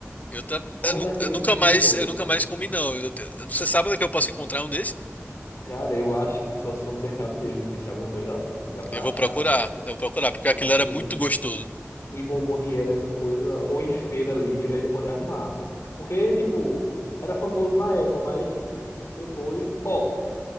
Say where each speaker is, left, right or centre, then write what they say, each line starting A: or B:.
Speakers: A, on the left; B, on the left.
A: Eu, tam,
B: Bom
A: eu, nu-
B: daquele
A: eu nunca
B: hoje em dia
A: mais,
B: eu gosto.
A: eu nunca mais comi não. Eu te- você sabe onde é que eu posso encontrar um desse?
B: Cara, eu acho que só se for no Mercado Livre, se é alguma coisa assim, que dá pra
A: Eu vou
B: achar
A: procurar,
B: ainda.
A: eu vou procurar, porque
B: Mas
A: aquilo
B: assim.
A: era muito gostoso.
B: e bomboniera, essas coisas, ou em feira livre, aí ele pode arrumar. Porque, tipo, era famoso na época, mas depois. Ó,